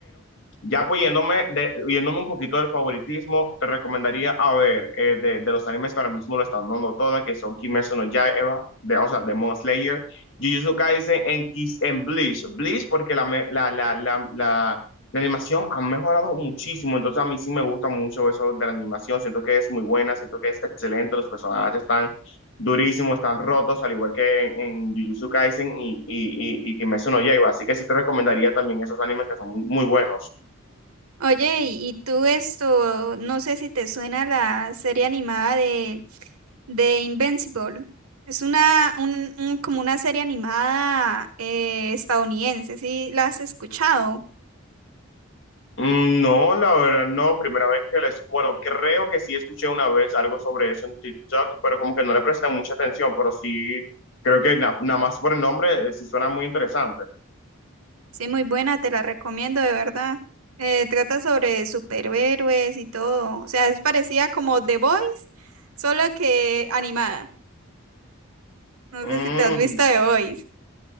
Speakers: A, on the left; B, on the right.
A: Ya apoyándome, de, yéndome un poquito del favoritismo, te recomendaría a ver eh, de, de los animes que ahora mismo lo están dando todas, que son Kimetsu no Yaiba, de, o sea, de Demon Slayer, Jujutsu Kaisen en, Kiss, en Bleach. Bleach porque la, me- la, la, la, la, la animación ha mejorado muchísimo, entonces a mí sí me gusta mucho eso de la animación, siento que es muy buena, siento que es excelente, los personajes están durísimos, están rotos, al igual que en, en Jujutsu Kaisen y, y, y, y Kimetsu no Yaiba, así que sí te recomendaría también esos animes que son muy muy buenos.
B: Oye, y y tú esto, no sé si te suena la serie animada de, de Invincible. Es una, un, un- como una serie animada eh, estadounidense, ¿sí la has escuchado?
A: Mm, No, la verdad, no, primera vez que les, bueno, creo que sí escuché una vez algo sobre eso en TikTok, pero como que no le presté mucha atención, pero sí, creo que na- nada más por el nombre eh, sí suena muy interesante.
B: Sí, muy buena, te la recomiendo de verdad. Eh, trata sobre superhéroes y todo. O sea, es parecida como The Boys, solo que animada. No
A: Mm,
B: sé si te has visto The Boys.